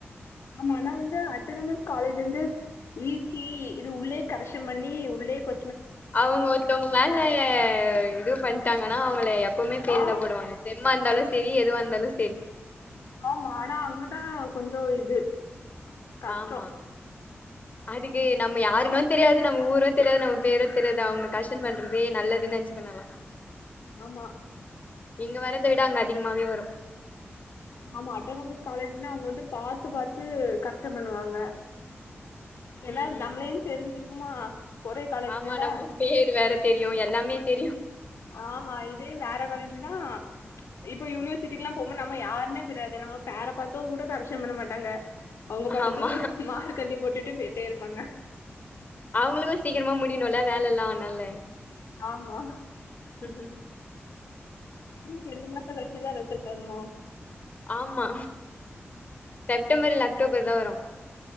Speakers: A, on the left (about 85°); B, on the left (about 35°).
A: ஆமா ஆனா வந்து அட்டனமஸ் காலேஜ் வந்து இ சி இது உள்ளே கரெக்க்ஷன் பண்ணி உள்ளே கொ
B: அவங்க ஒருத்தவங்க மேல இது பண்ணிட்டாங்கன்னா அவங்கள எப்பவுமே பெய்ல்
A: ஆ
B: தா போடுவாங்க செம்மாருந்தாலு செரி எதுவாருந்தாலும் செரி
A: மேம் ஆனா அங்கதா கொஞ்சோ இது கஷ்டோ
B: ஆமா அதுக்கு
A: இது
B: நம்ம யாருன்னு தெரியாது நம்ம ஊரு தெரியாது நம்ம பேரோ தெரியாது அவங்க கர்ஷன் பண்றதே நல்லதுன்னு நெனச்சுப் நா எல்லா
A: ஆமா
B: இங்க வர்றத விட அங்க அதிகமாவே வரு
A: ஆமா அட்டானமஸ் காலேஜ்ன்னா அவங்க வந்து பாத்து பாத்து கர்ஷன் பண்ணுவாங்க ஏன்னா
B: ம் ம்
A: நம்மளேனு தெரிஞ்சிருக்குமா ஒரே காலேஜ்னால
B: ஆமா நம்ம பேர் வேற தெரியு எல்லாமே தெரியு
A: ஆமா இ இதே வேற காலேஜ்ன்னா இப்போ யூனிவர்சிட்டிக்லா போம்போது நம்ம யார் ணே தெரியாது நம்ம பேர பாத்து கூட கரெக்ஷன் பண்ண மாட்டாங்க அவங்க பாட்டுக்கு
B: ஆமா
A: மார்க் அல்லி போட்டுட்டு போய்ட்டே இருப்பாங்க
B: அவங்களுக்கு சீக்கிரமா முடியணுல்ல வேலெல்லா அதுனால
A: ஆமா
B: ம் ஹும்
A: ங்க ரெண்டு மாச கழிச்சுதா ரிசல்ட் வருமா
B: ஆமா செப்டம்பர் இல்ல அக்டோபர் தா வரு